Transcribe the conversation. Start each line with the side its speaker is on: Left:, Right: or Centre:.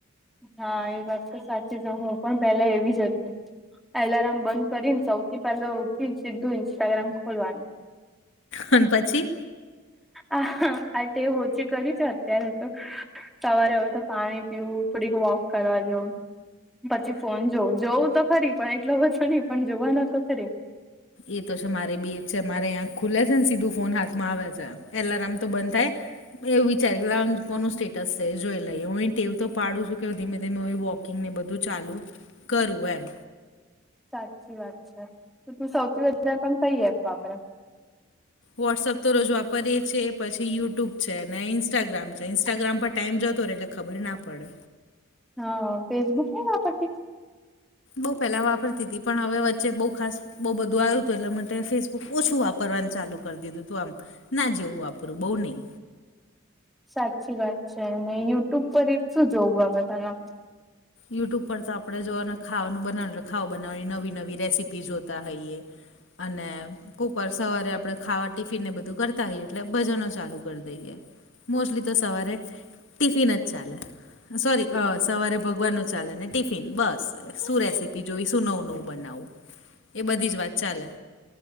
Centre: હા એ વાત તો સાચી જ હું પણ પેલા એવી જ હતી. એલાર્મ બંધ કરીને સૌથી પેલો મુકી સીધું ઇન્સ્ટાગ્રામ ખોલવાનું.
Left: અન પછી.
Centre: હ હા આ તે ઓછી કરી છે અત્યારે તો. સવારે હવે તો પાણી પીવું થોડીક વોક કરવા જઉ. પછી ફોન જોવું જોવું તો ખરી પણ એટલો બધો નહી પણ જોવાનો તો ખરી.
Left: એ તો છે મારે બી એજ છે મારે આખ ખુલે છે ને સીધું ફોન હાથમાં આવે છે. એટલે એલામૅ તો બંધ થાય. મે એવું વિચારી લાવ કોનું સ્ટેટસ છે જોઈ લઈએ હું એ ટેવ તો પાડું છું કે ધીમે ધીમે વોક કિંગને બધું ચાલુ કરુ એમ.
Centre: સાચી વાત છે તો તું સૌથી વધારે પણ કઈ એપ વાપરે.
Left: વોટ્સએપ તો રોજ વાપરીએ છે પછી યુટ્યુબ. છે ને ઇન્સ્ટાગ્રામ છે ઇન્સ્ટાગ્રામ પર ટાઈમ જતો રહેે એટલે ખબર ના પડે.
Centre: હા ફેસબુક નહી વાપરતી.
Left: બઉ પેલા વાપરતી હતી પણ હવે વચ્ચે બઉુ ખાસ બહુ બધું આવ્યું હતું એટલે માટે ફેસબ ઓછું વાપરવાનું ચાલુ કરી દીધું તું આમ ના જેવું વાપરું બહુ નહીં.
Centre: સાચી વાત છે અને યુટ્યુબ પર એક શું જોવું ગમે તને.
Left: યુટ્યુબ પર તો આપણે જોને ખવાનું બનાવેલુ ખાવ બનાવવાની નવી નવી રેસીપી જોતા હોઈએ. અને કુક વાર સવારે આપણે ખાવા ટિફિનને બધું કરતા હોઈએ એટલે ભજનો ચાલુ કરી દઈએ. મોસ્ટલી તો સવારે ટિફિન જ ચાલે સોરી અ સવારે ભગવાન નુ ચાલે ને ટિફિન બસ શું રેસીપી જોઈ શું નવું નવું બનાવું એ બધી જ વાત ચાલે.